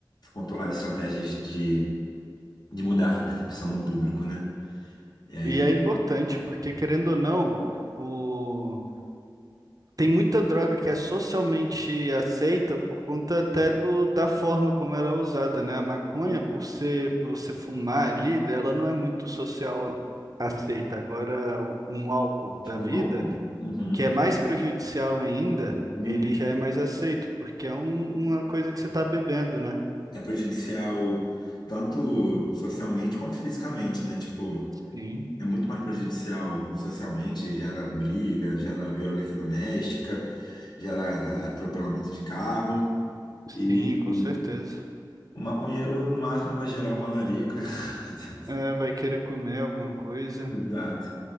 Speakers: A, on the left (about 60°); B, on the right (about 50°).
A: contou lá estratégias de, de mudar essa percepção do público, né, e aí
B: E é importante, porque querendo ou não, o Tem muita droga que é socialmente aceita por conta até do, da forma como ela é usada, né? A maconha,
A: o
B: por ser você fumar ali, ela não é muito social aceita. Agora, o- um álcool da
A: o
B: vida,
A: álcool, uhum,
B: que é mais prejudicial ainda,
A: muito.
B: ele já é mais aceito, porque é um- uma coisa que você está bebendo, né?
A: é prejudicial tanto socialmente quanto fisicamente, né? Tipo,
B: Sim,
A: é muito mais prejudicial socialmente, gera briga, gera violência doméstica, gera atropelamento de carro. E
B: sim, com
A: e
B: certeza.
A: o maconheiro, no máximo, vai gerar uma larica. <laughs>
B: É, vai querer comer alguma coisa
A: Exato.